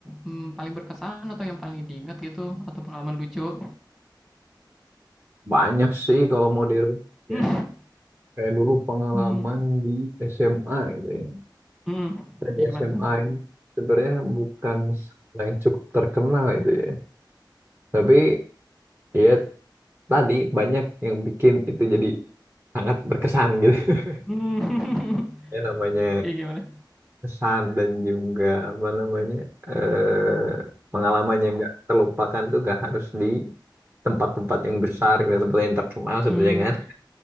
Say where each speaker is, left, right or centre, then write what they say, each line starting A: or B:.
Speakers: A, in the centre; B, on the right (about 25°).
A: mm, paling berkesan atau yang paling diingat gitu, atau pengalaman lucu?
B: Banyak sih kalau mau dirubah
A: Hmm,
B: ya. Kayak dulu pengalaman
A: hmm,
B: di SMA gitu ya.
A: hmm.
B: Saya Di
A: Ya gimana
B: SMA
A: tuh?
B: ini sebenarnya bukan sekolah yang cukup terkenal itu ya. Tapi ya tadi banyak yang bikin itu jadi sangat berkesan gitu. <laughs>
A: Hmm, <laughs>
B: Ya namanya
A: kayak gimana?
B: kesan dan juga apa namanya eh, pengalaman yang nggak terlupakan tuh gak harus di tempat-tempat yang besar, gitu, tempat yang terkenal sebenarnya
A: Hmm,
B: kan.
A: hmm,